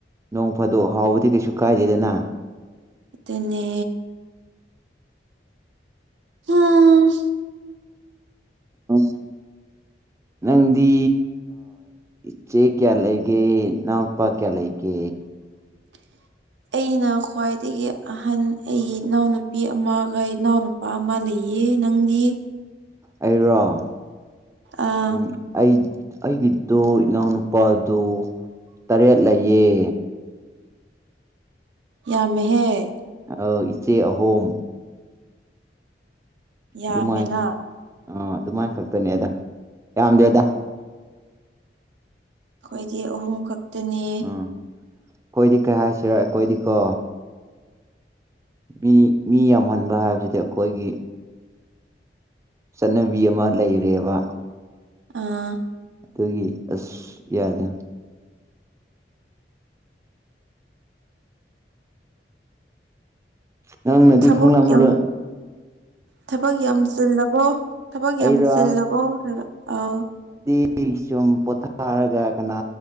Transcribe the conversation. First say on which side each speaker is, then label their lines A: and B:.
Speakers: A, on the right; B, on the right.
A: ꯅꯣꯡ ꯐꯥꯗꯣꯛ ꯍꯥꯎꯕꯗꯤ ꯀꯩꯁꯨ ꯀꯥꯏꯗꯦꯗꯅ
B: ꯑꯗꯨꯅꯦ ꯎꯝ
A: ꯑ ꯅꯪꯗꯤ ꯏꯆꯦ ꯀꯌꯥ ꯂꯩꯒꯦ ꯏꯅꯥꯎꯅꯄꯥ ꯀꯌꯥ ꯂꯩꯒꯦ
B: <unintelligible> ꯑꯩꯅ ꯈ꯭ꯋꯥꯏꯗꯒꯤ ꯑꯍꯟ ꯑꯩꯒꯤ ꯏꯅꯥꯎꯅꯨꯄꯤ ꯑꯃꯒ ꯏꯅꯥꯎꯅꯨꯄꯥ ꯑꯃ ꯂꯩ ꯏ ꯅꯪꯗꯤ
A: ꯑꯩꯔꯣ
B: ꯑꯥ
A: ꯎ ꯑꯩ ꯑꯩꯒꯤꯗꯨꯣ ꯏꯅꯥꯎꯅꯨ ꯂꯄꯥꯗꯨ ꯇꯔꯦꯠ ꯂꯩꯑꯦ
B: ꯌꯥꯝꯃꯦꯍꯦ
A: ꯑ ꯏꯆꯦ ꯑꯍꯣꯨꯝ
B: ꯌꯥꯝꯃꯤꯅ
A: ꯑꯗꯨꯃꯥꯏ ꯑꯥ ꯑꯗꯨꯃꯥꯏ ꯈꯛꯇꯅꯦ ꯑꯗ ꯌꯥꯝꯗꯦꯗ
B: ꯑꯩꯈꯣꯏꯗꯤ ꯑꯍꯨꯝ ꯈꯛꯇꯅꯦ
A: ꯎꯝ ꯑꯩꯈꯣꯏꯗꯤ ꯀꯩ ꯍꯥꯏꯁꯤꯔ ꯑꯩꯈꯣꯏꯗꯤꯀꯣ ꯃꯤ ꯃꯤ ꯌꯥꯝꯍꯟꯕ ꯍꯥꯏꯕꯁꯤꯗꯤ ꯑꯩꯈꯣꯏꯒꯤ ꯆꯠꯅꯕꯤꯌꯃ ꯂꯩꯔꯦꯕ
B: ꯑꯥ
A: ꯑꯗꯨꯒꯤ ꯑꯁ ꯌꯥꯗꯦ ꯅꯪꯅꯗꯤ
B: ꯊꯕꯛ
A: ꯈꯪꯂꯝꯕꯔꯣ
B: ꯌꯥꯝ ꯊꯕꯛ ꯌꯥꯝ ꯆꯤꯜꯂꯕꯣ ꯊꯕꯛ ꯌꯥꯝ
A: ꯑꯩꯔꯣ
B: ꯆꯤꯜꯂꯕꯣ ꯍꯥꯏꯕ ꯑꯥꯎ
A: ꯑꯩ ꯁꯨꯝ ꯄꯣꯊꯥꯔꯒ ꯀꯅꯥ